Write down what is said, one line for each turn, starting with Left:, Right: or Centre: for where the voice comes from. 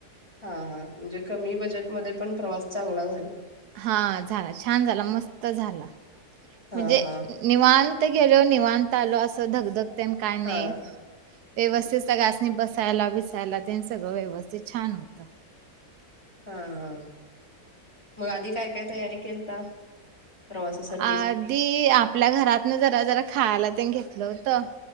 Left: हा हा म्हणजे कमी बजेटमध्ये पण प्रवास चांगला झाला.
Right: हा झाला छान झाला मस्त झाला
Left: हा
Right: म्हणजे
Left: हा
Right: निवांत. गेलो निवांत आलो असं. धकधकते न कायनी
Left: हा
Right: व्यवस्थित सगळासनी बस बसायला बीसायला त्यांचं घ व्यवस्थित छान होतं
Left: हा हा म आधी काय तयारी केलता प्रवासासाठी
Right: आधी आपल्या घरातनं जरा जरा खायला ते घेतलं होत.